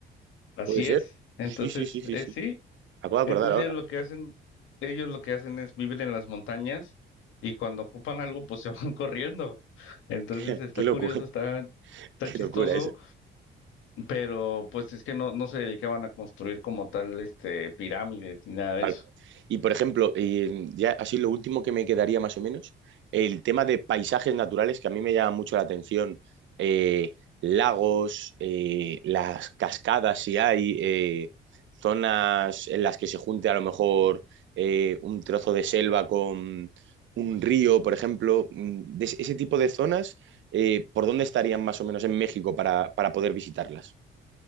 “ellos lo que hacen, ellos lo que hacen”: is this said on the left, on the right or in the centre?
Left